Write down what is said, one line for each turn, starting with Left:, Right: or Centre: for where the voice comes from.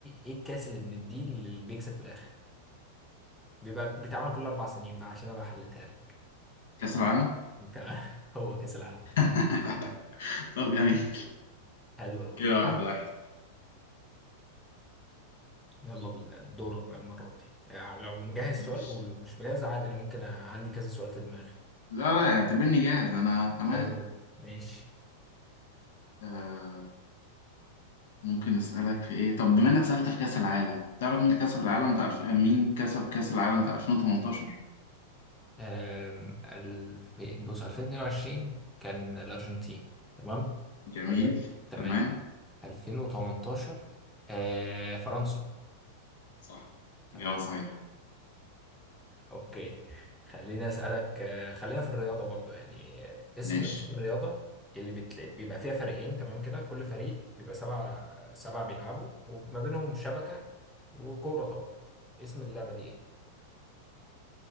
Centre: ايه الكاس اللي بنديه اللي بيكسب في الاخر بيبقى بيتعمل كل اربع سنين بقى عشان ابقى حلتها لك
Left: كأس العالم
Centre: تمام <laughs> هو كاس العالم
Left: <laughs> طب جميل
Centre: حلو قوي
Left: كده واحد واحد
Centre: يلا بينا دورك بقى المره دي يعني لو مجهز
Left: ماشي
Centre: سؤال قوله مش مجهز عادي انا ممكن أ- عندي كذا سؤال في دماغي
Left: لا لا اعتبرني جاهز انا تمام
Centre: حلو قوي ماشي
Left: آه ممكن اسالك في ايه طب بما انك سالت في كاس العالم تعرف مين كسب العالم بتاع الف... مين كسب كاس العالم بتاع 2018
Centre: أم... الف... بص 2022 كان الارجنتين تمام
Left: جميل
Centre: ولا تمام
Left: تمام
Centre: 2018 آه... فرنسا
Left: صح
Centre: تمام
Left: اجابه صحيحه
Centre: اوكي خليني اسالك آه، خلينا في الرياضه برضو يعني آه، اسم
Left: ماشي
Centre: اسم الرياضه اللي بتل... بيبقى فيها فريقين تمام كده كل فريق بيبقى سبعة سبعة بيلعبوا وما بينهم شبكه وكوره طبعا اسم اللعبه دي ايه